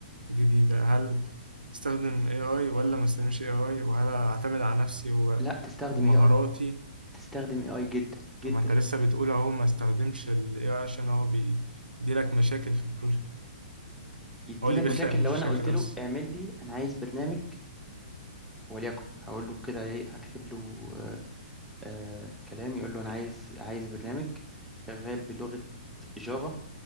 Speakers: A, on the right (about 80°); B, in the centre.
A: جديدة هل استخدم AI ولا ما استخدمش AI وهل اعتمد على نفسي و...
B: لا تستخدم
A: ومهاراتي
B: اي اي تستخدم اي اي جدا
A: طب
B: جدا
A: ما انت لسه بتقول اهو ما استخدمش ال AI عشان هو بيديلك مشاكل في البروجكت
B: يدي
A: هو اللي
B: لك
A: بيخلق
B: مشاكل
A: مشاكل
B: لو انا قلت له
A: اصلا
B: اعمل لي انا عايز برنامج وليكن هقول له كده ايه هكتب له آه آه كلام يقول له انا عايز عايز برنامج شغال بلغة جافا